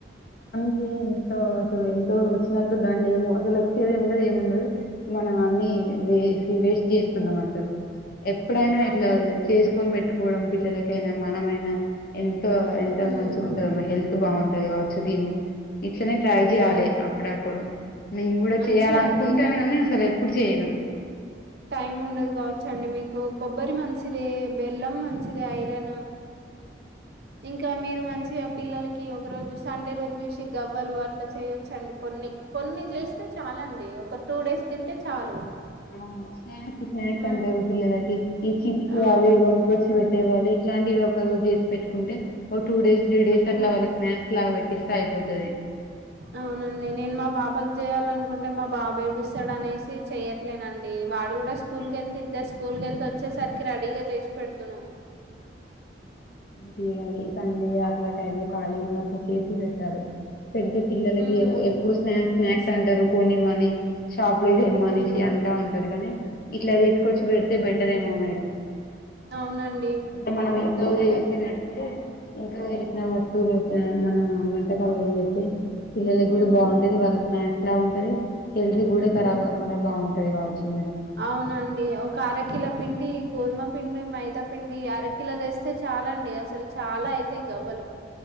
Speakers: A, on the left; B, on the right.
A: తేనే తో అసలు ఎంతో వచ్చినట్టు దాన్ని లెమో అసలు వచ్చేది ఉండదు ఏమిండదు మనం అన్ని వేసి వేస్ట్ చేస్త కున్నం అసలు ఎప్పుడైనా
B: అవును
A: ఇట్లా చేసుకొని పెట్టుకోవడం పిల్లలకైనా మనమైనా ఎంతో ఎంతో
B: ఉమ్,
A: మంచి ఉంటదమ్మా హెల్త్ బావుంటది కావట్ సో దీన్ని ఇ సో నేన్ ట్రై చేయ్యాలి
B: అవును
A: అప్పుడప్పుడు నేను కూడ
B: మంచిదండి
A: చేయాలనుకుంటాన్న కానీ అసల్ ఎప్ ఇప్పుడు చేయను
B: టైమ్ ఉండదు కావచ్చండి మీకు కొబ్బరి మంచిదే బెల్లం మంచిదె అఐ డణ ఇంకా మీరు మంచిగా పిల్లలకి ఒక రోజు సండే రోజు చూసి గవ్వలు అట్లా చేయొచ్చండి కొన్ని కొన్ని చేస్తే చాలండి ఒక టూ డేస్ తింటే చాలు
A: అవును స్నాక్స్ స్నాక్స్
B: ఆ
A: అంటారు పిల్లలకి ఈ చిప్స్
B: ఆ
A: అవి ఇవి కొనుకొచ్చి పెట్ టె వాళ్ళు ఇట్లాంటివి ఒక రోజు చేసి పెట్టుకుంటే ఒక టూ డేస్ త్రీ డేస్
B: ఆ
A: అట్లా వాళ్ళకి స్నాక్స్ లాగా పెట్టిస్తే అయిపోతది.
B: అవునండి నేను మా పాపకు చేయాలనుకుంటే, మా బాబ్ ఏడుస్తాడు అనేసి చెయట్లేదండి. వాడు కూడ స్కూల్కెళ్తే ఇద్దర్ స్కూల్ కెళ్ళి వచ్చేసరికి రడీగా చేసి పెడుదును.
A: చేయాలి సండే అట్లా టైమ్ లో ఖాళీగున్నప్పుడు చేసి పెట్టాలి. పెడితె పిల్లలకి
B: హ్మ్.
A: ఎప్పుడు స్నాక్స్ స్నాక్స్
B: అస్
A: అంటారు కొనీమని షాప్ లో దెమ్మనేసి
B: హ్మ్.
A: అంటా ఉంటారు కానీ ఇట్లా తీసుకొచ్చి పెడితే బెటర్ ఏమో మేడం అ
B: అవునన్
A: ఇట్ల మనం ఇంట్లో చేసిబెడితే ఇంట్లోవారి ఫేమస్ తిరిగొత్తాయేమో మనం వంటకాలు అవి పెడితె పిల్లలకి
B: హ్మ్.
A: గుడా బాగుంటది వాళ్ళకి స్నాక్ లా ఉంటది. హెల్ద్ గూడ
B: హ్మ్.
A: ఖరాబ్ కాకుండా బాన్ తయి కావచ్చు మేడం
B: అవునండి ఒక అరకిల పిండి గోధుమపిండి మైదాపిండి అరకిలో వేస్తే చాలండి అసలు చాలా అయితయి గవ్వలు.